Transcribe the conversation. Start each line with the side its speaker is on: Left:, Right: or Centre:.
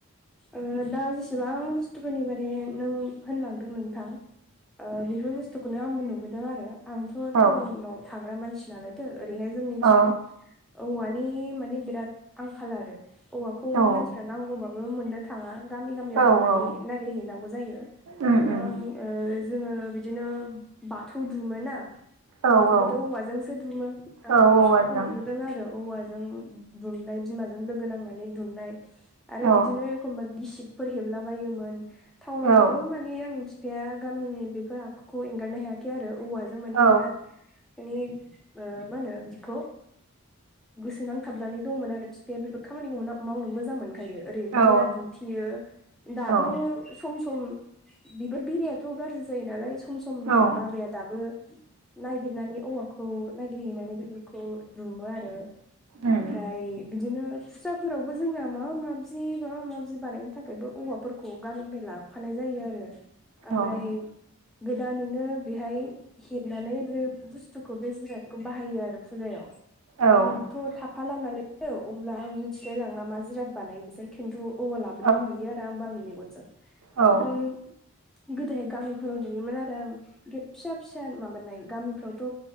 Centre: ओ दा जेसेबां बुस्थुफोरनि बारै नों होनलांदों नोंथां ओ बेफोर बुस्थुखौनो आंबो नुबोदों आरो आंथ' टाउनाव
Right: औ
Centre: थाग्रा मानसि नालायथो ओरैहाय जोंनिथिं
Right: औ
Centre: औवानि माने बिराद आंखाल आरो औवाखौ
Right: औ
Centre: मानसिफ्रा नांगौबाबो मोननो थाङा गामि गामियाव
Right: औ
Centre: थांनानै
Right: औ
Centre: नायगिरहैनांगौ जायो
Right: उम उम
Centre: आं ओ जोङो बिदिनो बाथौ दुमो ना
Right: औ
Centre: बेखौबोथ'
Right: औ
Centre: औवाजोंसो दुमो आं
Right: औ
Centre: आंनि
Right: औवाजों
Centre: फिफाखौ नुबो बोदों आरो औवाजों दुमनाय बिमाजों लोगो नांनानै दुमनाय आरो
Right: औ
Centre: बिदिनो एखमबा गिसिबफोर हेबला बायोमोन टाउनाव
Right: औ
Centre: थाबाबो मानि आंनि फि फाया गामिनि बेफोर आखुखौ एंगारनो हायाखै आरो औवाजों मानि
Right: औ
Centre: बिराद मानि ओ मा होनो बिदिखौ गोसो नांथाबनानै दंमोन आरो फिफाया बेफोर खामानिखौ मावनो मोजां मोनखायो ओरै
Right: औ
Centre: बेरा दुमथेयो दाबो
Right: औ
Centre: सम सम बिफोर बेरायाथ' गाज्रि जायो नालाय सम सम
Right: औ
Centre: बाबाया दाबो नायगिरनानै औवाखौ नायगिरहैनानै बेफोरखौ दुमो आरो
Right: उम
Centre: आमफ्राय बिदिनो फुजाफोरावबो जोंना माबा माबि माबा माबि बानायनो थाखायबो औवाफोरखौ गामिनिफाय लाब फानाय जायो आरो ओमफ्राय
Right: औ औ
Centre: गोदानैनो बेहाय हेबनानै बे बुस्थुखौ बे जिरादखौ बाहायो आरो फुजायाव
Right: औ
Centre: आंथ'
Right: औ
Centre: थाफाला नालायथो अब्ला आं मिथिलाय लांला मा जिराद बानाय बिसोर खिन्थु औवा लाबोनाय
Right: औ
Centre: नुयो आरो आंबो आंनि मेगनजों
Right: औ
Centre: आमफ्राय गोदोहाय गामिफोराव नुयोमोन आरो आं गेट फिसा फिसा माबानाय गामिफ्रावथ'